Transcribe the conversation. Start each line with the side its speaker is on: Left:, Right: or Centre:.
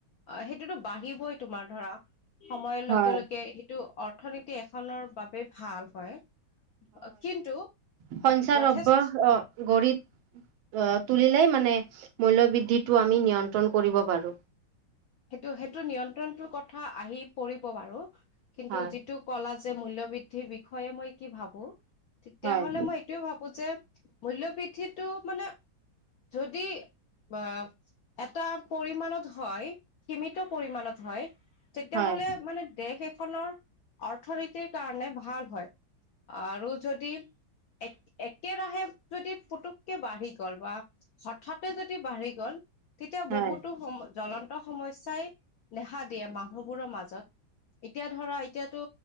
Left: সেই <unintelligible> বাঢ়িবই তোমাৰ ধৰা, সময়ৰ লগে
Right: হয়,
Left: লগে সেইটো অৰ্থনীতি এখনৰ বাবে ভাল হয়। কিন্তু
Right: <unintelligible>
Left: যথেষ্ট
Right: তুলিলে মানে <unintelligible> মূল্য বৃদ্ধিটো আমি নিয়ন্ত্ৰণ কৰিব পাৰো।
Left: সেইটো-সেইটো নিয়ন্ত্ৰণটোৰ কথা আহি পৰিব বাৰু। কিন্তু
Right: হয়,
Left: যিটো কলা যে মূল্য বৃদ্ধিৰ বিষয়ে মই কি ভাবো তেতিয়াহ'লে
Right: হয়,
Left: মই এইটোয়ে ভাবো যে মূল্যবৃদ্ধিত। এইটো মানে যদি আ এটা পৰিমণত হয়। সীমিত পৰিমণত হয়। তেতিয়াহ'লে
Right: হয়,
Left: মানে দেশ এক খনৰ অৰ্থনীতিৰ কাৰণে ভাল হয় আৰু যদি এক একেৰাহে যদি পুতুককে বাঢ়ি গ'ল বা হঠাৎ যদি বাঢ়ি গ'ল তেতিয়া
Right: হয়।
Left: বহুতো সময় জ্বলন ত সমস্যাই দেহা দিয়ে মানুহবোৰৰ মাজত এতিয়া ধৰা এতিয়াতো